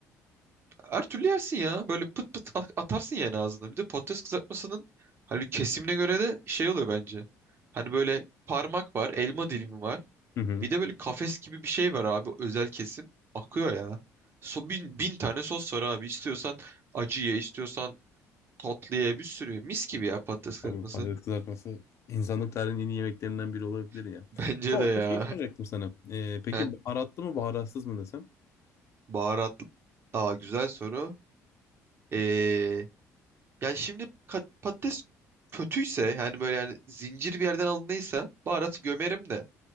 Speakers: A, on the right; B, on the left.
A: her türlü yersin ya. Böyle pıt pıt at- atarsın yani ağzına. Bir de patates kızartmasının hani kesimine göre de şey oluyor bence. Hani böyle parmak var, elma dilimi var.
B: Hı hı.
A: Bir de böyle kafes gibi bir şey var abi özel kesim. Akıyor ya. So, bin, bin tane sos var abi. İstiyorsan acı ye, istiyorsan tatlı ye bir sürü. Mis gibi ya patates kızartması.
B: Abi patates kızartması insanlık tarihinin en iyi yemeklerinden biri olabilir ya.
A: <laughs> Bence
B: Ama
A: de
B: orada
A: ya.
B: şeyi soracaktım sana. Ee, peki
A: <laughs> Heh,
B: baharatlı mı baharatsız mı desem?
A: baharat. Aa güzel soru. Ee, yani şimdi kat- patates kötüyse yani böyle yani zincir bir yerden alındıysa baharatı gömerim de.